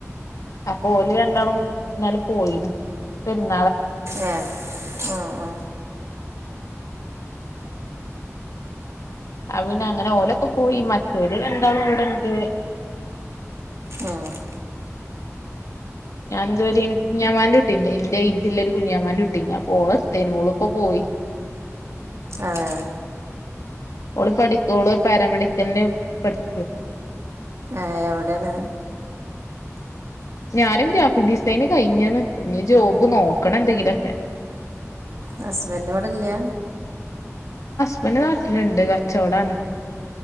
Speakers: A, on the left; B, on the right.
A: അപ്പോ ഓല് രണ്ടാളും ഇന്നലെ പോയി ന് പെരുന്നാ
B: ഏ ആ ആ
A: അ പിന്നെ അങ്ങനെ ഓലൊക്കെ പോയി മറ്റവര് രണ്ടാളും ഇവിടെണ്ട്
B: ഉം <inaudible>
A: ഞാൻ ഇതുവരെ കുഞ്ഞാമാന്റെ കുട്ടിന്റെ ഇന്റെ ആയിട്ടുല ഒരു കുഞ്ഞാമാന്റെ കു ട്ടീണ്ട് അപ്പൊ ഓളെത്തേയ്ന് ഓള ഇപ്പോപോയി
B: അതെ
A: ഓള് പഠിക്കോള് പാരാമെഡിക്കലിന് പഠികയാ
B: ആ എവിടെന്ന്
A: ഞാനും ഗ്രാഫിക് ഡിസൈന് കഴിഞ്ഞാണ് ഇനി ജോബ് നോക്കണ എന്തെങ്കിലുഒക്കെ
B: ഹുസ്ബന്റോടെയല്ല
A: ഹസ്ബൻഡ് നാട്ടിലുണ്ട് കച്ചവടാണ്